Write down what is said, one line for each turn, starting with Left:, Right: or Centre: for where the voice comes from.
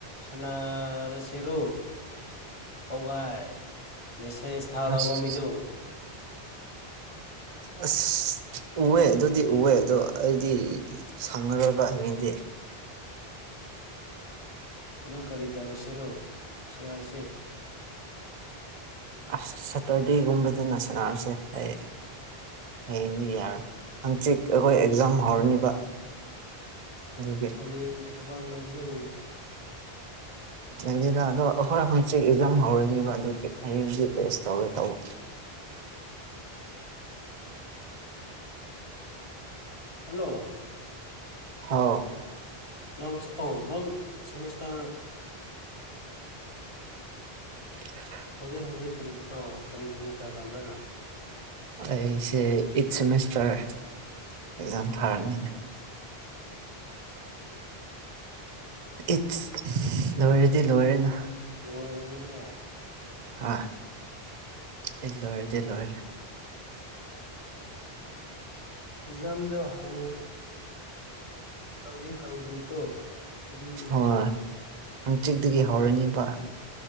Left: ꯁꯥꯟꯅꯥꯔꯁꯦꯔꯣ ꯄꯧꯒꯥꯏ ꯃꯦꯁꯦꯁ ꯊꯥ
Right: ꯑꯁ
Left: ꯂꯥꯎꯕ ꯃꯤꯗꯣ
Right: ꯑꯁ ꯎꯋꯦ ꯑꯗꯨꯗꯤ ꯎꯋꯦ ꯑꯗꯣ ꯑꯩꯗꯤ ꯁꯪꯉꯔꯣꯏꯕ ꯍꯌꯦꯡꯗꯤ
Left: ꯑꯗꯣ ꯀꯔꯤ ꯇꯧꯔꯁꯦꯔꯣ ꯁꯅꯔꯁꯦ
Right: ꯑꯁ ꯁꯇ꯭ꯔꯗꯦꯒꯨꯝꯕꯗꯅ ꯁꯅ꯭ꯔꯁꯦ ꯑꯩ ꯍꯌꯦꯡꯗꯤ ꯌꯥꯔꯣꯏ ꯍꯪꯆꯤꯛ ꯑꯈꯣꯏ ꯑꯦꯛꯖꯥꯝ ꯍꯧꯔꯅꯤꯕ ꯑꯗꯨꯒꯤ
Left: ꯍꯌꯦꯡ ꯊꯕꯛ ꯂꯩꯕ꯭ꯔꯨ
Right: ꯂꯩꯗꯦꯗ ꯑꯗꯣ ꯑꯩꯈꯣꯏ ꯍꯪꯆꯤꯠ ꯑꯦꯛꯖꯥꯝ ꯍꯧꯔꯅꯤꯕ ꯑꯗꯨꯒꯤ ꯍꯌꯦꯡꯗꯤ ꯔꯦꯁ ꯇꯧꯒꯦ ꯇꯧꯕ <inaudible>
Left: ꯍꯜꯂꯣ
Right: ꯑꯣ
Left: ꯅꯪꯁꯨꯀꯣ ꯅꯪ ꯁꯦꯃꯦꯁꯇꯔ
Right: <inaudible>
Left: ꯍꯧꯖꯤꯛ ꯍꯧꯖꯤꯛ ꯀꯔꯤ ꯑꯣ ꯀꯔꯤ ꯁꯦꯃꯤꯁꯇꯔ ꯇꯝꯕ꯭ꯔꯥ ꯅꯥ
Right: ꯑꯩꯁꯦ ꯑꯩꯠ ꯁꯦꯃꯦꯁꯇꯔ ꯑꯦꯛꯖꯥꯝ ꯊꯥꯔꯅꯤꯅꯦ ꯏꯠꯁ ꯂꯣꯏꯔꯗꯤ ꯂꯣꯏꯔꯦꯅ
Left: ꯂꯣꯏꯔꯅꯤꯅꯦ
Right: ꯍꯥꯥ ꯑꯩꯠ ꯂꯣꯏꯔꯗꯤ ꯂꯣꯏꯔꯦ
Left: ꯑꯦꯛꯖꯥꯝꯗꯣ ꯍꯥꯎ ꯍꯥꯎꯗꯤ ꯍꯥꯎꯗ꯭ꯔꯤꯀꯣ ꯍꯧꯖꯤꯛꯇꯤ
Right: ꯍꯣꯏ ꯍꯥꯡ ꯆꯤꯠꯇꯒꯤ ꯍꯧꯔꯅꯦꯕ